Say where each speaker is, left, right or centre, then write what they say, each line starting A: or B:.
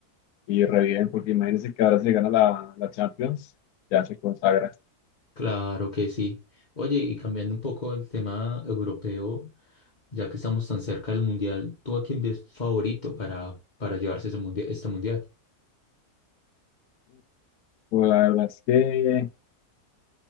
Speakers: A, on the left; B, on the left.
A: y re bien, porque imagínense que ahora se gana la, la Champions, ya se consagra.
B: Claro que sí. Oye, y cambiando un poco el tema europeo, ya que estamos tan cerca del mundial, ¿tú a quién ves favorito para, para llevarse ese mundial, este mundial?
A: Pues la verdad es que,